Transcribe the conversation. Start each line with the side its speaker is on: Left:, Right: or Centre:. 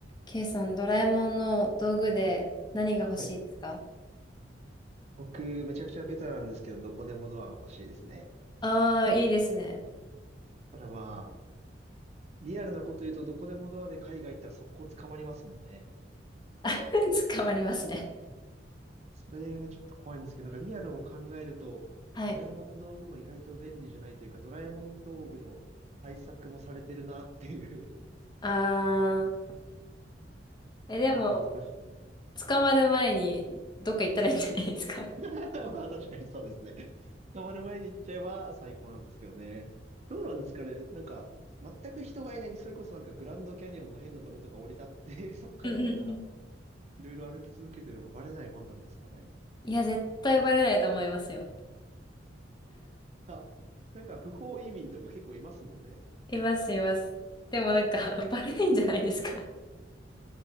Left: K さん、ドラえもんの道具で何が欲しいですか
Right: はい僕、めちゃくちゃベタなんですけど、どこでもドアが欲しいですね。
Left: ああー、いいですね。
Right: ただまあ、リアルなこと言うと、どこでもドアで海外行ったら速攻捕まりますもんね。
Left: あ <laughs> 捕まりますね。
Right: それがちょっと怖いんですけど、なんかリアルを考えると、
Left: はい。
Right: ドラえもんの道具も意外と便利じゃないというか、ドラえもん道具の対策もされてるなっていう、
Left: ああ、
Right: <laughs>
Left: え、
Right: なかなか難しいな。
Left: でも、捕まる前にどっか行ったらいいんじゃないですか。
Right: <laughs> まあ確かにそうですね。捕まる前に行っちゃえば最高なんですけどね。どうなんですかね。なんか、全く人がいない、それこそなんかグランドキャニオンの変なとことか降り立って、<laughs> そこからなんか、
Left: うんうんうん。
Right: いろいろ歩き続けてればバレないもんなんですかね。
Left: いや、絶対バレないと思いますよ。
Right: あ、なんか不法移民とか結構いますもんね。
Left: います、います。でもなんか、<laughs> バレないんじゃないですか。